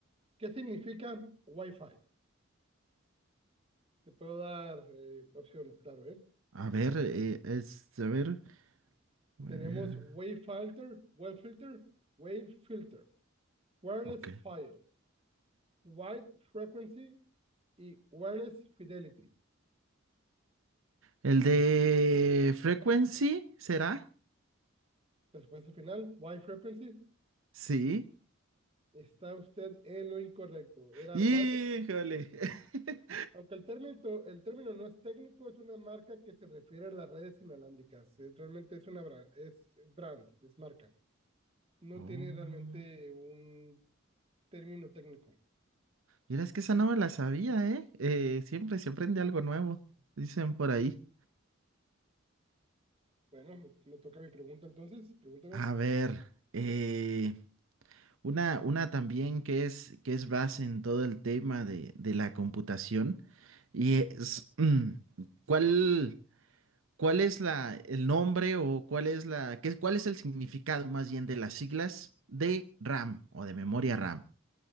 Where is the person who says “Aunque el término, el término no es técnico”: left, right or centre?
Right